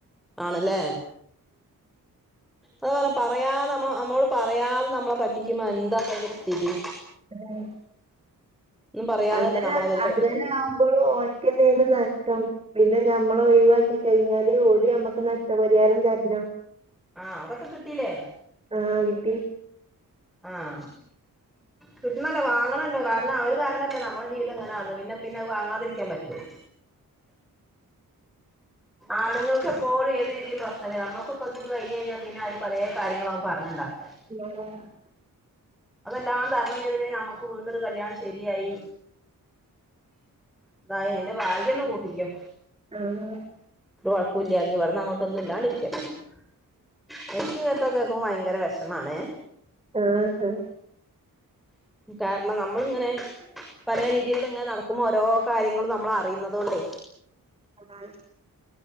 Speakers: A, in the centre; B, on the right (about 15°).
A: ആണല്ലേ. അതാ പറഞ്ഞ പറയാതെ നമ്മ നമ്മോട് പറയാതെ നമ്മളെ പറ്റിക്കുമ്പോ എന്താപ്പൊരു സ്ഥിതി
B: അത <inaudible>
A: ഒന്നും പറയാതല്ലേ
B: അങ്ങനെ
A: നമ്മളവര്
B: അങ്ങനെ
A: പറ്റിക്കുന്നേ
B: ആവുമ്പോളും ഓൽക്കന്നേണ് നഷ്ടം. പിന്നെ ഞമ്മള ഒയിവാക്കി കഴിഞ്ഞാല് ഓല് ഞമ്മക്ക് നഷ്ടപരിഹാരം തരണം.
A: ആഹ് അതൊക്കെ കിട്ടീല്ലേ?
B: ആഹ് കിട്ടി
A: ആഹ് കിട്ടണല്ലോ വാങ്ങണല്ലോ കാരണം അവര് അവര് കാരണല്ലേ നമ്മടെ ജീവിതം ഇങ്ങനെയന്ന് പിന്നെപിന്നെത് വങ്ങാതിരിക്കാൻ പറ്റോ? ആണുങ്ങൾക്കെപ്പോളും ഏത് രീതിൽ പ്രശ്നന്നെ നമുക്കൊക്കെ <unintelligible> കഴിഞ്ഞ് കഴിഞ്ഞാ പിന്നെ അതില് പലേ കാര്യങ്ങളാവും പറഞ്ഞുണ്ടാക്ക-
B: <unintelligible>
A: അതെല്ലാം തരണം ചെയ്ത്ട്ട് നമുക്ക് വീണ്ടൊരു കല്യാണം ശരിയായി. അതായി നിന്റെ ഭാഗ്യം എന്ന് കൂട്ടിക്കോ.
B: ആഹ്
A: ഒരു വഴക്കൂല്ല ഇനി ഇവിടുന്ന് അങ്ങോട്ടൊന്നുമില്ലാണ്ട് ഇരിക്കട്ടെ <unintelligible> ഇങ്ങനത്തൊക്കെ എനിക്കും ഭയങ്കര വിഷമാണ്
B: ആഹ് ആഹ്
A: കാരണം നമ്മളിങ്ങനെ പല രീതിയിലും ഇത് ഇങ്ങനെ നടക്കുമ്പോൾ ഓരോ കാര്യങ്ങളും നമ്മൾ അറിയുന്നുന്നത് കൊണ്ടേ
B: ആഹ്